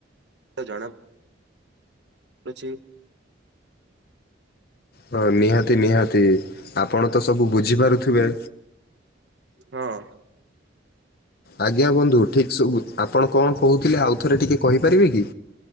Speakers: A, on the right (about 65°); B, on the left (about 55°).
A: ଜଣା ଅଛିି।
B: ହଁ ନିହାତି ନିହାତି, ଆପଣ ତ ସବୁ ବୁଝିପାରୁଥିବେ?
A: ହଁ।
B: ଆଜ୍ଞା ବନ୍ଧୁ, ଠିକ୍ ସବୁ, ଆପଣ କଣ କହୁଥିଲେ ଆଉ ଥରେ ଟିକେ କହିପାରିବେ କି?